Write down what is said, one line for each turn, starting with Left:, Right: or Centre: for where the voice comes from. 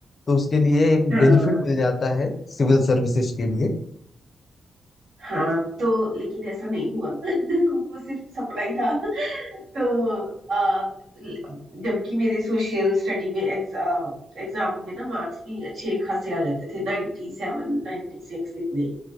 Left: तो उसके लिए एक
Right: हाँ
Left: बेनिफिट मिल जाता है सिविल सर्विसेज के लिए
Right: हाँ तो लेकिन ऐसा नहीं हुआ <laughs> वो सिर्फ सपना ही था <laughs> तो अ, जबकि मेरे सोशल स्टडी में एग्ज, आ, एग्जाम में ना मार्क्स भी अच्छे खासे आ जाते थे 97 सेवन नाइन्टी सिक्स इतने